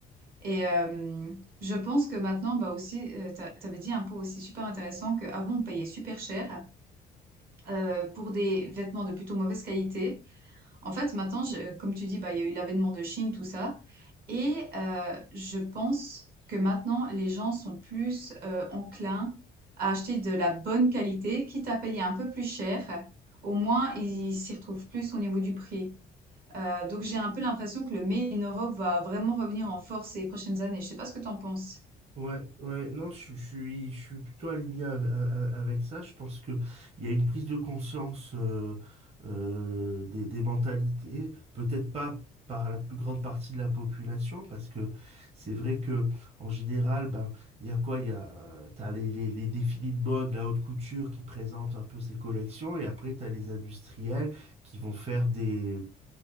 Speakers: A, on the right (about 60°); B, on the right (about 40°).
A: Et euh, je pense que maintenant, bah aussi, tu avais dit un point aussi super intéressant qu'avant, on payait super cher euh, pour des vêtements de plutôt mauvaise qualité. En fait, maintenant, je- comme tu dis, bah, il y a eu l'avènement de Chine, tout ça. Et euh, je pense que maintenant, les gens sont plus euh, enclins à acheter de la bonne qualité, quitte à payer un peu plus cher. Au moins, ils s'y retrouvent plus au niveau du prix. Euh, donc, j'ai un peu l'impression que le Made in Europe va vraiment revenir en force ces prochaines années. Je sais pas ce que t'en penses.
B: Ouais, ouais, non, je, suis, je suis je suis plutôt aligné av- a- a- avec ça. Je pense que il y a une prise de conscience euh, euh, des, des mentalités, peut-être pas par la plus grande partie de la population, parce que c'est vrai que en général, ben, il y a quoi? Il y a, euh, t'as les, les, les défilés de mode, la haute couture qui présente un peu ses collections, et après t'as les industriels qui vont faire des